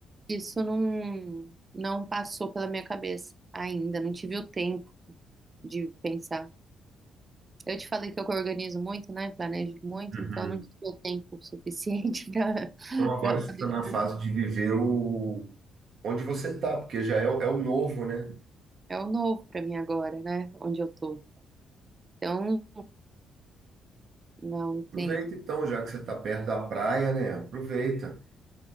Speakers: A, on the right (about 30°); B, on the right (about 60°).
A: Isso não não passou pela minha cabeça ainda, não tive o tempo de pensar. Eu te falei que eu organizo muito, né? Planejo muito,
B: uhum.
A: então eu não tive o tempo suficiente <laughs> para
B: Então agora
A: para
B: você
A: fazer.
B: está na fase de viver o onde você está, porque já é, o- é o novo, né?
A: É o novo para mim agora, né? Onde eu tô. Então, não
B: Aproveita
A: tem
B: então, já que você está perto da praia, né? Aproveita,